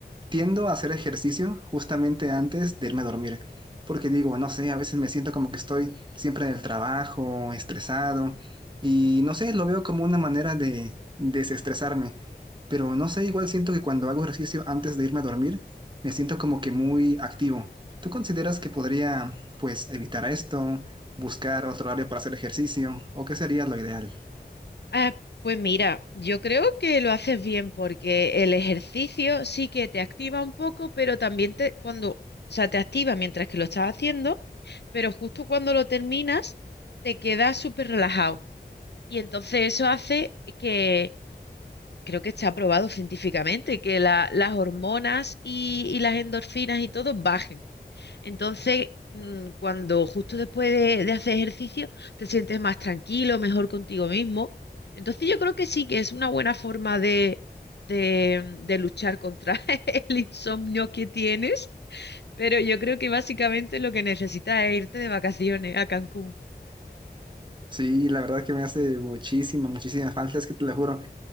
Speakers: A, on the right; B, on the left.
A: tiendo a hacer ejercicio justamente antes de irme a dormir. Porque digo, no sé, a veces me siento como que estoy siempre en el trabajo, estresado, y no sé, lo veo como una manera de desestresarme pero no sé, igual siento que cuando hago ejercicio antes de irme a dormir, me siento como que muy activo. ¿Tú consideras que podría, pues, evitar esto, buscar otro horario para hacer ejercicio, o qué sería lo ideal?
B: Ah, pues mira, yo creo que lo haces bien porque el ejercicio sí que te activa un poco, pero también te cuando, o sea, te activa mientras que lo estás haciendo, pero justo cuando lo terminas te quedas súper relajado. Y entonces eso hace que creo que está probado científicamente que la- las hormonas y, y las endorfinas y todo bajen. Entonces, mm, cuando justo después de, de hacer ejercicio te sientes más tranquilo, mejor contigo mismo. Entonces, yo creo que sí, que es una buena forma de, de, de luchar contra <laughs> el insomnio que tienes. Pero yo creo que básicamente lo que necesitas es irte de vacaciones a Cancún.
A: Sí, la verdad que me hace muchísima, muchísima falta, es que te lo juro.